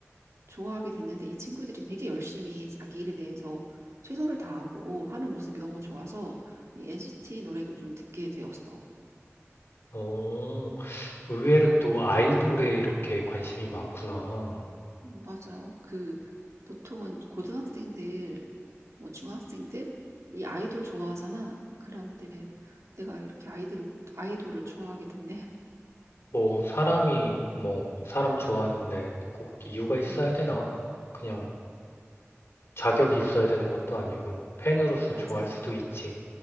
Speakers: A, on the right (about 70°); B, on the left (about 50°).
A: 좋아하게 됐는데 이 친구들이 되게 열심히 자기 일에 대해서 최선을 다하고 하는 모습이 너무 좋아서 이 NCT 노래도 좀 듣게 되었어.
B: 오. 의외로 또 아이돌에 이렇게 관심이 많구나.
A: 음, 맞아. 그 보통은 고등학생들 뭐 중학생들이 아이돌 좋아하잖아. 그런데 내가 이렇게 아이들을 아이돌을 좋아하게 됐네.
B: 뭐 사람이 뭐 사람 좋아하는데 꼭 이유가 있어야
A: <laughs> 음,
B: 되나? 그냥 자격이 있어야 되는 것도 아니고 팬으로서
A: 맞아.
B: 좋아할 수도 있지.